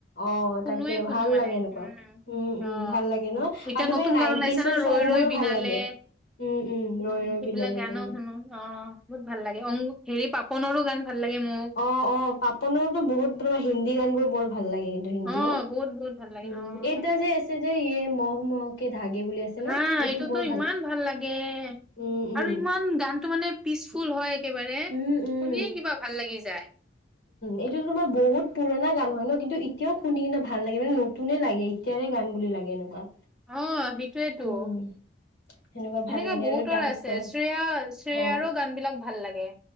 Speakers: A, on the left; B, in the centre.
A: অ
B: শুনোৱে
A: তাকে
B: শুনো
A: ভাল
B: মানে
A: লাগে এনেকুৱা
B: উম
A: উম
B: অ
A: ভাল লাগে ন
B: এতিয়া
A: আৰু তোমাৰ
B: নতুন
A: নাইনটিচৰ
B: গান ওলাইছে ন ৰৈ
A: চং
B: ৰৈ
A: বোৰো
B: বিনালে
A: ভাল লাগে উম উম ৰৈ ৰৈ
B: সেইবিলাক
A: বিনালে
B: গানো
A: তুমি
B: শুনো অ বহুত ভাল লাগে উম হেৰি পাপণৰো গান ভাল লাগে মোক
A: অ অ পাপণৰতো বহুত, হিন্দী গান বোৰ বৰ ভাল লাগে কিন্তু হিন্দীয়ো
B: অ বহুত বহুত ভাল লাগে
A: উম
B: অ
A: এইটা
B: তাকে
A: যে আছে যে ইয়ে মহ মহকে ধাগে বুলি আছে।
B: হা
A: ন এইটো
B: এইটোতো
A: বৰ
B: ইমান ভাল লাগে
A: উম উম
B: আৰু ইমান গানটো মানে পিচফুল হয় একেবাৰে
A: উম উম
B: শুনিয়ে কিবা ভাল লাগি যায়।
A: এইটোতো তোমাৰ বহুত পুৰণা গান হয় ন কিন্তু এতিয়াও শুনি কিনে ভাল লাগে মানে নতুনে লাগে এতিয়াৰে গান বুলি লাগে এনেকুৱা
B: অ সেইটোৱেতো
A: উম সেনেকুৱা ভাল
B: এনেকা
A: লাগে
B: বহুতৰে
A: আৰু ডান্স
B: আছে
A: কৰা
B: শ্ৰেয়া শ্ৰেয়াৰো
A: অ
B: গান বিলাক ভাল লাগে।